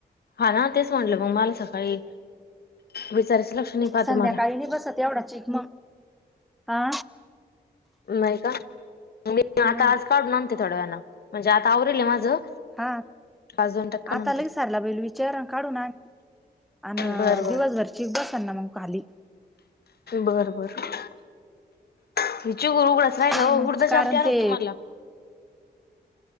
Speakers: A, on the left; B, in the centre.
A: हा ना? तेच म्हटलं मग, मला सकाळी विचारायच लक्ष नाही पहा
B: संध्याकाळी
A: तुम्हाला
B: नाही बसत एवढा चिक मग. आ.
A: नाही का? मी
B: हम्म
A: आता आज काढून आणते थोड्या वेळान. म्हणजे आता आवरले माझं.
B: हा.
A: पाच दोन टक्का
B: आता
A: आणते
B: लगेच सरला बईला विचारन काढून आण. अन
A: बरं बरं
B: दिवसभरची चीक बसना मग खाली.
A: बर बर हिची गुरु कुठय राहिल
B: मग
A: हो उडदाची
B: कारण
A: आमटी आणु
B: ते
A: का तुम्हाला?